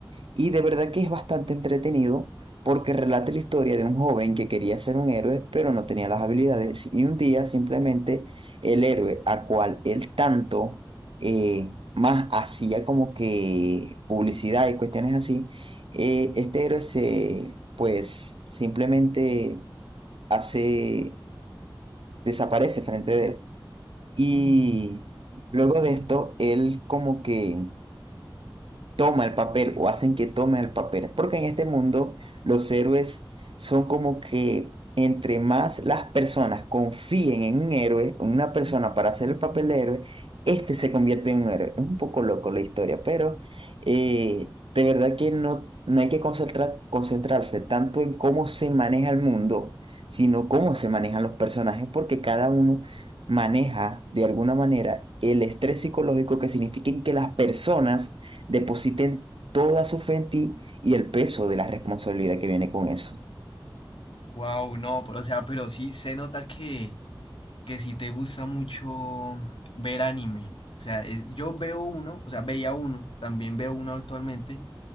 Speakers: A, on the right; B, on the left.
A: Y de verdad que es bastante entretenido porque relata la historia de un joven que quería ser un héroe, pero no tenía las habilidades. Y un día simplemente el héroe a cual él tanto eh, más hacía como que publicidad y cuestiones así, eh, este héroe se, pues simplemente hace, desaparece frente de él. Y luego de esto, él como que toma el papel o hacen que tome el papel. Porque en este mundo los héroes son como que entre más las personas confíen en un héroe, en una persona para hacer el papel de héroe, este se convierte en un héroe. Es un poco loco la historia, pero eh, de verdad que no, no hay que concentrar, concentrarse tanto en cómo se maneja el mundo, sino cómo se manejan los personajes, porque cada uno maneja de alguna manera el estrés psicológico que significa que las personas depositen toda su fe en ti y el peso de la responsabilidad que viene con eso.
B: Wow, no, pero, o sea, pero sí se nota que que si te gusta mucho ver anime. O sea, es- yo veo uno, o sea, veía uno, también veo uno actualmente.